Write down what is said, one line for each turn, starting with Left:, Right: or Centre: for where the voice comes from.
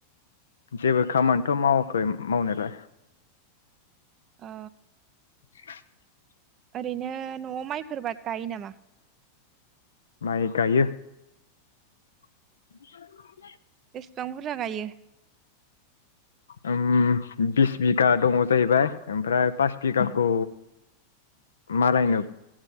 Left: जेबो खामानिथ मावाखै मावनायलाय
Right: ओ
Left: <unintelligible>
Right: ओरैनो नआव माइफोरबा गायो नामा
Left: माइ गायो <unintelligible>
Right: बेसेबां बुरजा गायो
Left: उम बिस बिगा दङ जाहैबाय ओमफ्राय पास बिगाखौ मालायनो